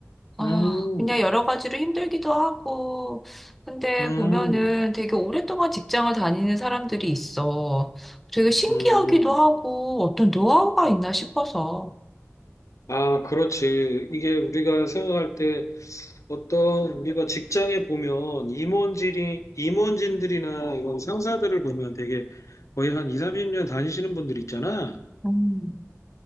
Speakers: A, in the centre; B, on the left (about 75°).
A: 아,
B: 음,
A: 그냥 여러 가지로 힘들기도 하고, 근데
B: 음,
A: 보면은 되게 오랫동안 직장을 다니는 사람들이 있어. 되게 신기하기도
B: 음.
A: 하고, 어떤 노하우가 있나 싶어서.
B: 아, 그렇지. 이게 우리가 생각할 때 어떤 우리가 직장에 보면 임원진이, 임원진들이나 이런 상사들을 보면 되게 거의 한 2, 30년 다니시는 분들 있잖아.
A: 음,